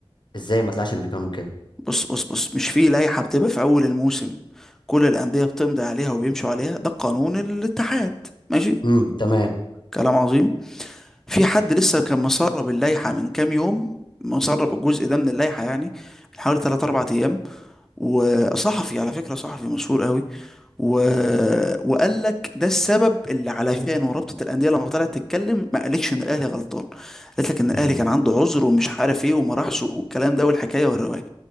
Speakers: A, on the left; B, in the centre.
A: ازاي ما طلعش ان في قانون كده
B: بص بص بص مش في لائحة بتبقى في أول الموسم كل الأندية بتمضي عليها وبيمشوا عليها ده قانون الاتحاد ماشي
A: امم تمام
B: كلام عظيم في حد لسه كان مسرب اللائحة من كام يوم مسرب الجزء ده من اللائحة يعني من حوالي 3 4 أيام وصحفي على فكرة صحفي مشهور قوي و... وقال لك ده السبب اللي علشانه رابطة الأندية لما طلعت تتكلم ما قالتش إن الأهلي غلطان قالت لك إن الأهلي
A: امم
B: كان عنده عذر ومش عارف إيه وما راحش والكلام ده والحكاية والرواية